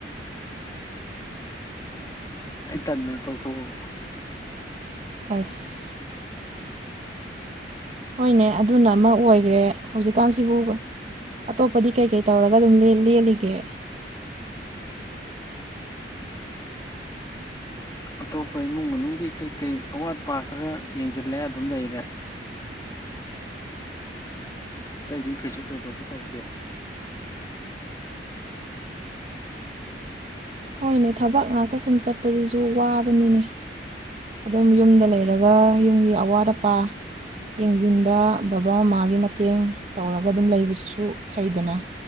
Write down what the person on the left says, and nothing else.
ꯑꯩ ꯇꯟꯗꯅ ꯇꯧꯊꯣꯛꯑꯕ
ꯑꯇꯣꯞꯄ ꯏꯃꯨꯡ ꯃꯅꯨꯡꯒꯤ ꯀꯩꯀꯩ ꯑꯋꯥꯠꯄꯥ ꯈꯔ ꯌꯦꯡꯁꯤꯜꯂꯦ ꯑꯗꯨꯝ ꯂꯩꯔꯦ ꯑꯇꯩꯗꯤ ꯀꯩꯁꯨ ꯊꯣꯏꯗꯣꯛꯄ ꯇꯧꯗꯦ